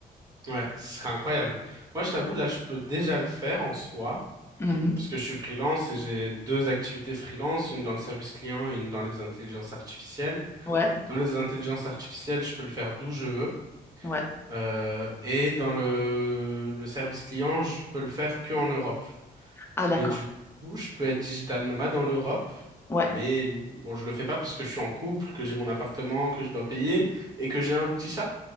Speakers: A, on the right; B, on the left.
A: Ouais, ce serait incroyable. Moi, je t'avoue, là, je peux déjà le faire en soi,
B: Mhm.
A: parce que je suis freelance et j'ai deux activités freelance, une dans le service client et une dans les intelligences artificielles.
B: Ouais,
A: Dans les intelligences artificielles, je peux le faire d'où je veux.
B: ouais.
A: Euh, et dans le, le service client, je peux le faire que en Europe.
B: Ah d'accord.
A: Mais du coup, je peux être digital nomade en Europe.
B: Ouais.
A: Mais bon, je le fais pas parce que je suis en couple, que j'ai mon appartement, que je dois payer et que j'ai un petit chat.